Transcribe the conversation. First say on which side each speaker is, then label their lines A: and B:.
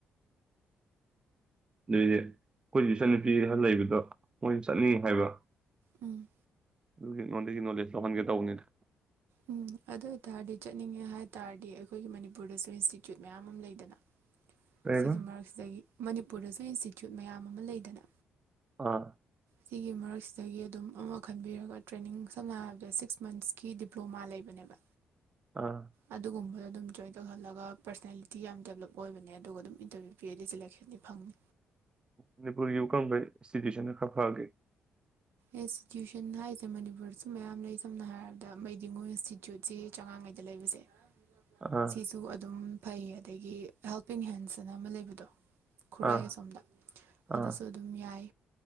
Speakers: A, on the right (about 25°); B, on the right (about 85°).
A: ꯑꯗꯨꯏꯗꯤ ꯑꯩꯈꯣꯏꯒꯤ ꯏꯆꯟ ꯅꯨꯨꯄꯤ ꯈꯔ ꯂꯩꯕꯗꯣ ꯃꯣꯏ ꯆꯠꯅꯤꯡ ꯍꯥꯏꯕ
B: ꯎꯝ
A: ꯑꯗꯨꯒꯤ ꯅꯣꯟꯗꯒꯤ ꯅꯣꯂꯦꯖ ꯂꯧꯍꯟꯒꯦ ꯇꯧꯕꯅꯤꯅ
B: ꯎꯝ ꯑꯗꯨ ꯑꯣꯏ ꯇꯔꯗꯤ ꯆꯠꯅꯤꯡꯉꯦ ꯍꯥꯏ ꯇꯥꯔꯗꯤ ꯑꯩꯈꯣꯏꯒꯤ ꯃꯅꯤꯄꯨꯔꯗꯁꯨ ꯏꯟꯁꯇꯤꯇ꯭ꯌꯨꯠ ꯃꯌꯥꯝ ꯑꯃ ꯂꯩꯗꯅ
A: ꯀꯩ ꯍꯥꯏꯕ
B: ꯁꯤꯒꯤ ꯃꯔꯛꯁꯤꯗꯒꯤ ꯃꯅꯤꯄꯨꯔꯗ ꯑꯩ ꯏꯟꯁꯇꯤꯇ꯭ꯌꯨꯠ ꯃꯌꯥꯝ ꯑꯃ ꯂꯩꯗꯅ
A: ꯑꯥ
B: ꯁꯤꯒꯤ ꯃꯔꯛꯁꯤꯗꯒꯤ ꯑꯗꯨꯝ ꯑꯃ ꯈꯟꯕꯤꯔꯒ ꯇ꯭ꯔꯦꯅꯤꯡ ꯁꯝꯅ ꯍꯥꯏꯔꯕꯗ ꯁꯤꯛꯁ ꯃꯟꯁꯀꯤ ꯗꯤ ꯗꯤꯄ꯭ꯂꯣꯃꯥ ꯂꯩꯕꯅꯦꯕ
A: ꯑꯥ
B: ꯑꯗꯨ ꯀꯨꯝꯕ ꯑꯗꯨꯝ ꯖꯣꯏꯟ ꯇꯧꯍꯜꯂꯒ ꯄꯔꯁꯅꯦꯜꯂꯤꯇꯤ ꯌꯥꯝ ꯗꯦꯕꯂꯞ ꯑꯣꯏꯕꯅꯦ ꯑꯗꯨꯒ ꯑꯗꯨꯝ ꯏꯟꯇꯔꯚꯤꯌꯨ ꯄꯤꯔꯗꯤ ꯁꯦꯂꯦꯛꯁꯟꯗꯤ ꯐꯪꯅꯤ
A: ꯃꯅꯤꯄꯨꯔꯒꯤ ꯎꯨꯀꯪꯕ ꯏꯟꯁꯇꯤꯇ꯭ꯌꯨꯁꯟ ꯈꯔ ꯐꯒꯦ
B: ꯏꯟꯁꯇꯤꯇ꯭ꯌꯨꯁꯟ ꯍꯥꯏꯁꯦ ꯃꯅꯤꯄꯨꯔꯁꯨ ꯃꯌꯥꯝ ꯂꯩ ꯁꯝꯅ ꯍꯥꯏꯔꯕꯗ ꯃꯩꯗꯤꯉꯨ ꯏꯟꯁꯇꯤꯇ꯭ꯌꯨꯠꯁꯤ ꯆꯉꯥꯡꯉꯩꯗ ꯂꯩꯕꯁꯦ
A: ꯑꯥ
B: ꯁꯤꯁꯨ ꯑꯗꯨꯝ ꯐꯩ ꯑꯗꯒꯤ ꯍꯦꯜꯄꯤꯡ ꯍꯦꯟꯁ ꯑꯅ ꯑꯃ ꯂꯩꯕꯗꯣ ꯈꯨꯔꯥꯏ
A: ꯑꯥ
B: ꯑꯁꯣꯝꯗ ꯑꯗꯨꯁꯨ
A: ꯑꯥ
B: ꯑꯗꯨꯝ ꯌꯥꯏ